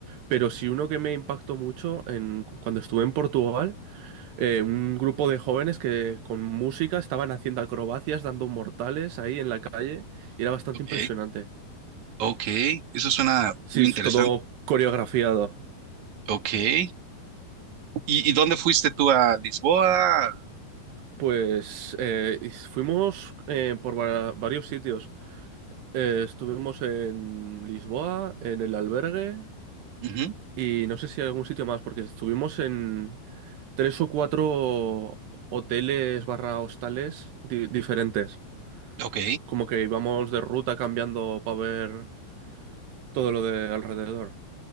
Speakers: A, on the right (about 80°); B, on the right (about 50°).
A: pero sí uno que me impactó mucho en, cuando estuve en Portugal. eh, un grupo de jóvenes que con música estaban haciendo acrobacias, dando mortales ahí en la calle y era bastante
B: Ok,
A: impresionante.
B: ok. Eso suena
A: Sí,
B: muy
A: es
B: interesante.
A: todo coreografiado.
B: Ok. ¿Y, y dónde fuiste tú a Lisboa?
A: Pues eh, y fuimos eh, por va- varios sitios. Eh, estuvimos en Lisboa, en el albergue
B: Ujú,
A: y no sé si hay algún sitio más, porque estuvimos en tres o cuatro hoteles barra hostales di- diferentes.
B: Ok.
A: Como que íbamos de ruta cambiando para ver todo lo de alrededor.